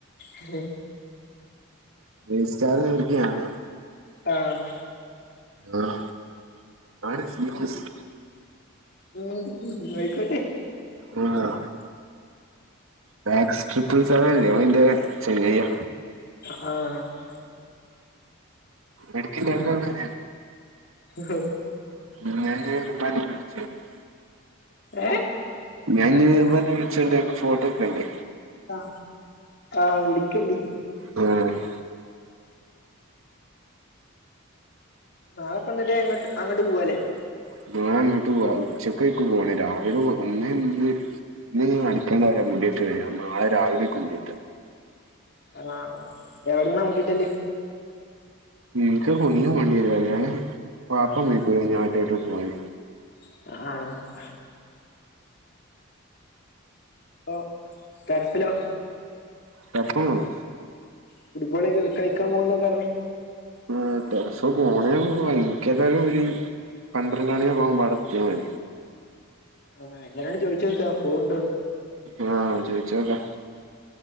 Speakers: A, on the left (about 50°); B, on the right (about 75°).
A: ഹെ
B: <unintelligible>
A: ആഹ്
B: ആഹ് ആണിച്ചീപെസ്റ്റ്
A: ഉം ആയിക്കോട്ടെ
B: <inaudible> ലാക്സ് ട്രിപ്പിൾ സെവൻല്ലേ അയിന്റെ ചെങ്ങായാ
A: ആഹ്
B: എടക്കെല്ലാരുംങ്ങനെ
A: ഹോ
B: <inaudible>
A: ഏ
B: ഞാൻ ഇന്ന് വല വിരിച്ചതിൻ്റെ ഫോട്ടോക്കെണ്ട്.
A: ആഹ് ആഹ് വിളിക്കണ്ട്.
B: മ് ഹ്
A: നാളെപ്പന്നട്ട് അങ്ങട് അങ്ങട് പോവാലേ.
B: <unintelligible> അങ്ങട്ട് പോവാം. ഉച്ചക്ക് എനിക്ക് പോണം. രാവിലെ ഒന്നെന്ന് ഇതൊന്നും അടുക്കണ്ടാവില്ല മൂടിയിട്ട് കഴിയും നാളെ രാവിലെ <unintelligible>
A: ആഹ് എവിടന്നാ മുടി വെട്ടല്?
B: എനിക്ക് കുനിഞ്ഞും കണ്ടീലല്ലേ പാപ്പം കയിക്കൂല ഞാട്ടോട്ട് പോയി.
A: ആഹ് ഓ ടെറസിലോ.
B: <unintelligible>
A: ഫുട്ബോള് ഇടയ്‌ക്ക് കളിക്കാൻ പോകുന്ന് പറഞ്ഞ്.
B: ആ ടെറസ് മോളില് ഭയങ്കരായിട്ട് പിഴിയും. പന്ത്രണ്ട് മണിയൊക്കാകുമ്പേ അവിടെ എത്തിയാ മതി.
A: ആഹ് എല്ലാരോണ്ട് ചോദിച്ചു വെക്കാ പോവണ്ടോന്ന്.
B: ആഹ് ചോദിച്ചു നോക്കാം.